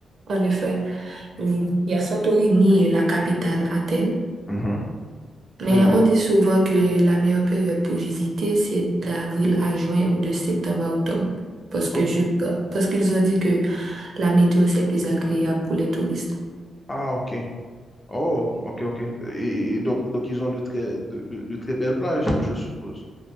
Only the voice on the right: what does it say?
en effet. Oui, Il y a Santorini et la capitale Athènes.
Mais
on dit souvent que la meilleure période pour visiter, c'est d'avril à juin ou de septembre à octobre. Parce que
je, parce qu'ils ont dit que la météo, c'est plus agréable pour les touristes.